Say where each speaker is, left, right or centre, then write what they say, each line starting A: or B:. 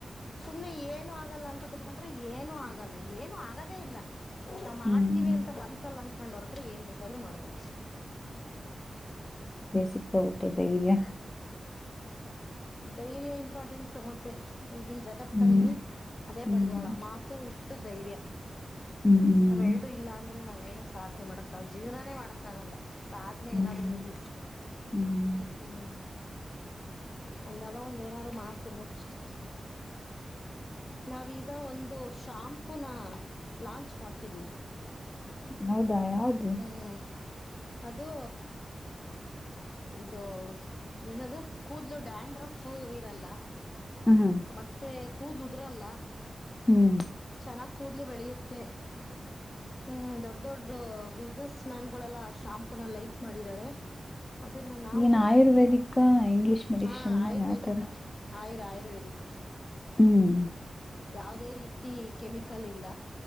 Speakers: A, on the left; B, on the left.
A: ಸುಮ್ನೆ ಏನು ಆಗಲ್ಲ ಅಂತ ಕುೂತ್ಕೊಂಡ್ರೆ ಏನು ಆಗಲ್ಲ ಏನು ಆಗದೇ ಇಲ್ಲ ನಾ ಮಾಡ್ತೀವಿ
B: ಹ್ಮ್
A: ಅಂತ ಮನ್ಸಲ್ಲ ಅಂದಕೊಂಡ ಹೊರಟ್ರೆ ಏನ್ ಬೇಕಾದ್ರು ಮಾಡ್ಬೋದು
B: ಸಿಕ್ಕಬಟ್ಟೆ ಧೈರ್ಯ
A: ಧೈರ್ಯ ಇಂಪಾರ್ಟೆಂಟ್ ಮತ್ತೆ ಈಗಿನ ಜಗತ್ತಲ್ಲಿ
B: ಹ್ಮ್
A: ಅದೇ
B: ಹ್ಮ್
A: ಬಂಡವಾಳ ಮಾತು ಇಟ್ಟ ಧೈರ್ಯ
B: ಹ್ಮ್ ಹ್ಮ್
A: ನಾವ್ ಎರಡುೂ ಇಲ್ಲಾಂದ್ರೆ ನಾವ್ೇಏನ ಸಾಧ್ಯ ಮಾಡಕ್ಕಲ್ ಜೀವನೇ ಮಾಡಕ್ಕ ಆಗಲ್ಲ ಸಾಧನೆ
B: ಹ್ಮ್
A: ಏನಾದ್ರು ಇರ್ಲಿ
B: ಹ್ಮ್
A: ಹ್ಮ್ ಒಂದಲ್ಲ ಒಂದ್ ಏನಾರರು ಮಾಡ್ತಿರ್ಬೇಕುಷ್ಟೆ ನಾವೀಗ ಒಂದು ಶಾಂಪೂನ ಲಾಂಚ್ ಮಾಡ್ತಿದ್ದೀವಿ
B: ಹೌದಾ ಯಾದು
A: ಹ್ಮ್ ಅದು ಇದು ಏನದು ಕೂದ್ಲು ಡ್ಯಾಂಡ್ರಫ್ ಇರಲ್ಲ
B: ಹ್ಮ್
A: ಮತ್ತೆ ಕೂದ ನುದ್ರಲ್ಲ
B: ಹ್ಮ್
A: ಚೆನ್ನಾಗ್ ಕೂದ್ಲು ಬೆಳೆಯುತ್ತೆ ಮ ಹ್ಮ್ ದೊಡ್ ದೊಡ್ ಬಿಸ್ನೆಸ್ ಮ್ಯಾನ್ ಗಳೆಲ್ಲ ಅ ಶಾಂಪೂನ ಲೈಕ್ ಮಾಡಿದ್ದಾರೆ ಅದನ್ನ ನಾವು
B: ಏನ್ ಆಯುರ್ವೇದಿಕ ಇಂಗ್ಲಿಷ್ ಮೆಡಿಷನ್
A: ಹ ಆಯುರ್ವೇದಿಿಕ
B: ಯಾವ ತರ
A: ಆಯುರ್ ಆಯುರ್ವೇದಿಕ್
B: ಹ್ಮ್
A: ಯಾದೇ ರೀತಿ ಕೆಮಿಕಲ್ ಇಲ್ಲ